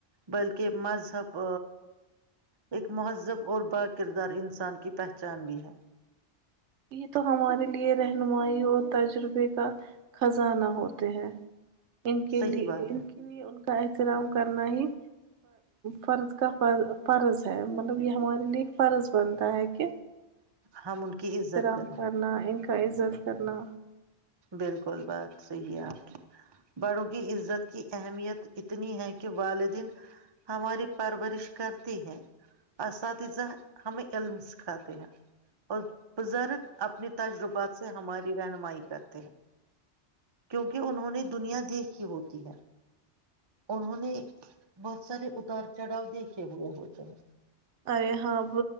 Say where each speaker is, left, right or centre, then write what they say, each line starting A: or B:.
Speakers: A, on the right; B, on the right.
A: بلکہ مذہب ایک مہذب اور با کردار انسان کی پہچان بھی ہے
B: یہ تو ہمارے لیے رہنمائی اور تجربے کا خزانہ ہوتے ہیں ان کے
A: صحیح
B: لیے
A: بات
B: ان
A: ہے
B: کے لیے ان کا ایا اترام کرنا ہی فرض کا ف فرض ہے مطلب یہ ہمارے لیے ایک فرض بنتا ہے کہ
A: ہم ان کی عزت
B: کام
A: کریں
B: کرنا ان کا عزت کرنا
A: بالکل بس ی آپ کی بڑوں عزت کی اہمیت اتنی ہے کہ والدین ہماری پرورش کرتے ہیں اساتذہ ہمیں علم سکھاتے ہیں اور بزرگ اپنے تجربات سے ہماری رہنمائی کرتے کیونکہ انہوں نے دنیا دیکھ کی ہوتی ہے انہوں نے بہت سارے اتار چڑھاؤ دیکھے ہوئے ہوتے ہیں
B: آ ہاں